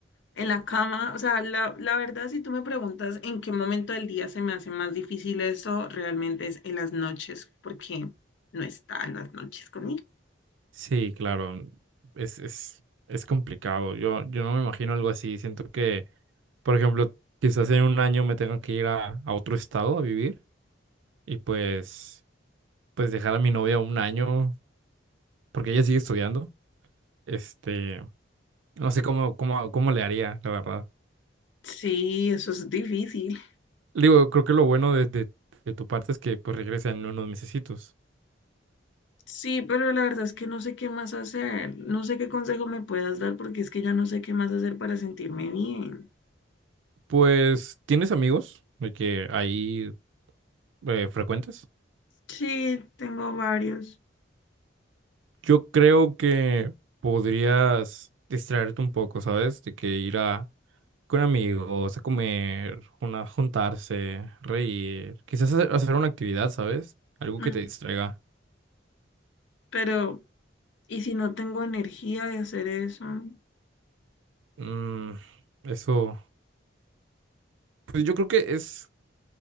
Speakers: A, on the left; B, on the right.
A: en la cama, o sea, la, la verdad, si tú me preguntas en qué momento del día se me hace más difícil eso, realmente es en las noches, porque no está en las noches conmigo.
B: Sí, claro, es, es, es complicado, yo, yo no me imagino algo así, siento que, por ejemplo, quizás en un año me tengo que ir a, a otro estado a vivir y pues, pues dejar a mi novia un año, porque ella sigue estudiando, este, no sé cómo, cómo, cómo le haría, la verdad.
A: Sí, eso es difícil.
B: Digo, creo que lo bueno de, de- de tu parte es que pues regresa en unos mesecitos.
A: Sí, pero la verdad es que no sé qué más hacer. No sé qué consejo me puedas dar porque es que ya no sé qué más hacer para sentirme bien.
B: Pues, ¿tienes amigos de que ahí eh, frecuentes?
A: Sí, tengo varios.
B: Yo creo que podrías distraerte un poco, ¿sabes? De que ir a con amigos, a comer, una, juntarse, reír, quizás hacer, hacer una actividad, ¿sabes? Algo
A: Mm,
B: que te distraiga.
A: Pero, ¿y si no tengo energía de hacer eso?
B: Mm, eso, pues yo creo que es